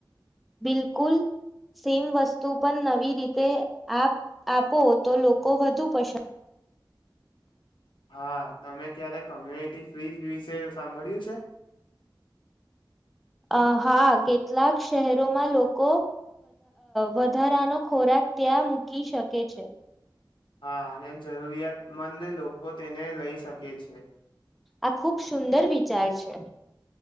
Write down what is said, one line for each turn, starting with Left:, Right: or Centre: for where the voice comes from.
Centre: બિલકુલ સેમ વસ્તુ પણ નવી રીતે આપ આપો તો લોકો વધુ પસંદ
Left: હા તમે ક્યારે કોમ્યુનિટી ફ્રી વિશે સાંભળ્યું છે
Centre: અ હા કેટલાક શહેરોમાં લોકો વધારાનો ખોરાક ત્યાં મૂકી શકે છે
Left: હા અને જરૂરિયાતમંદ લોકો તેને લઈ શકે છે
Centre: આ ખુબ સુંદર વિચાર છે